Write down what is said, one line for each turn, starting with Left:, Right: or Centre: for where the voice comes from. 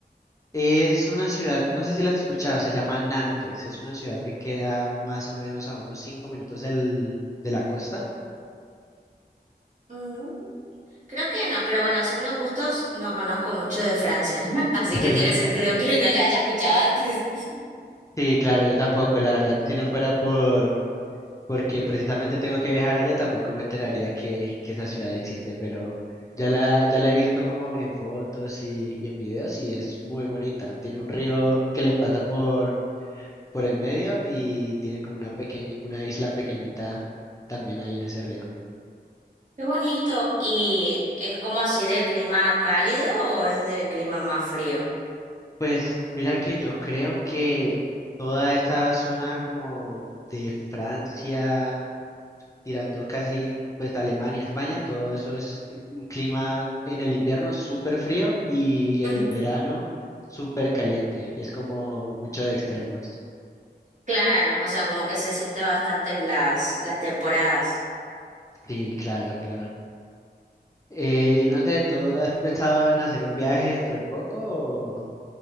Left: Es una ciudad, no sé si la has escuchado, se llama Nantes. Es una ciudad que queda más o menos a unos cinco minutos del, de la costa.
Right: Mm, creo que no, pero bueno, siendo justos, no conozco mucho de Francia, <laughs> así
Left: <laughs>
Right: que tiene sentido que no la haya escuchado antes. <laughs>
Left: Sí, claro, yo tampoco, la verdad. Si no fuera por, porque precisamente tengo que viajar allá, tampoco me enteraría que, que esa ciudad existe, pero ya la, ya la he visto como en fotos y, y en videos y es muy bonita. Tiene un río que le pasa por, por en medio y tiene como una pequeña, una isla pequeñita también ahí en ese río.
Right: Qué bonito. ¿Y es como así de clima cálido o es de clima más frío?
Left: Pues mira que yo creo que toda esa zona como de Francia, tirando casi pues Alemania, España, todo eso es eh, un clima en el invierno súper frío y
Right: Ujú.
Left: en el verano súper caliente. Es como mucho de extremos.
Right: Claro, o sea, como que se siente bastante en las, las temporadas.
Left: Sí, claro, claro. Eh, y no sé, ¿tú has pensado en hacer un viaje dentro de poco o,